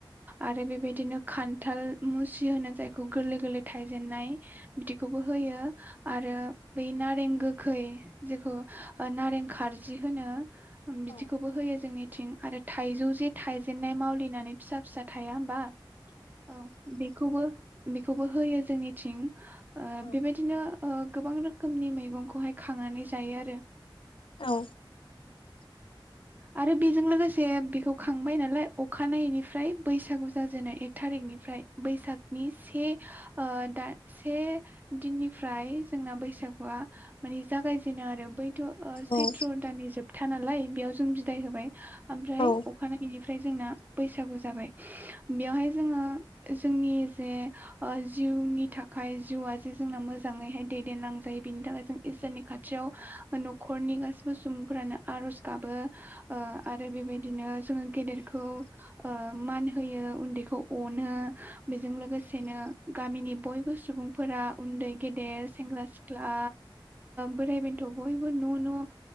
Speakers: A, on the right; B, on the left.
A: आरो बेबायदिनो खान्थाल मुसि होनो जायखौ गोरलै गोरलै थायजेननाय। बिदिखौबो होयो आरो बै नारें गोखै जेखौ नारें खारजि होनो। बिदिखौबो
B: औ
A: होयो जोंनि थिं आरो थाइजौ जे थाइजेननाय मावलिनानै फिसा फिसा थाया होमबा? औ बेखौबो बेखौबो होयो जोंनि थिं ओ
B: औ
A: बेबायदिनो गोबां रोखोमनि मैगंखौहाय खांनानै जायो आरो।
B: औ।
A: आरो बेजों लोगोसे बेखौ खांबाय नालाय अखानायैनिफ्राय बैसागु जाजेनो एक थारिकनिफ्राय बैसागनि से दा से दिननिफ्राय जोंना बैसागुआ माने जागायजेनो आरो बै ओ सैथ्र'
B: औ
A: दाननि जोब था नालाय बेयाव जों बिदाय होबाय। ओमफ्राय
B: औ
A: अखानायैनि ओमफ्राय जोंना बैसागु जाबाय। बेवहाय जोङो जोंनि जे जिउनि थाखाय जिउआ से जोंना मोजाङैहाय दैदेनलांजायो बिनि थाखाय जों इसोरनि खाथियाव न'खरनि गासिबो सुबुंफोरानो आरज गाबो। आरो बेबायदिनो जोङो गेदेरखौ मान होयो उन्दैखौ अनो। बेजों लोगोसेनो गामिनि बयबो सुबुंफोरा उन्दै गेदेर सेंग्रा सिख्ला बोराइ बेन्थ' बयबो न' न'